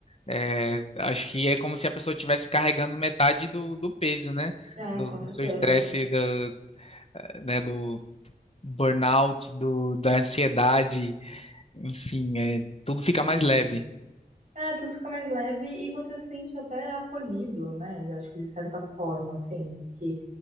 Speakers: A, on the left (about 40°); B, on the right (about 55°).
A: É, acho que é como se a pessoa estivesse carregando metade do, do peso, né?
B: É,
A: Do,
B: com certeza.
A: do seu estresse, do, eh, né? do burnout, do, da ansiedade, enfim, é, tudo fica mais leve.
B: É, tudo fica mais leve e você se sente até acolhido, né? Eu Acho que de certa forma, assim, que,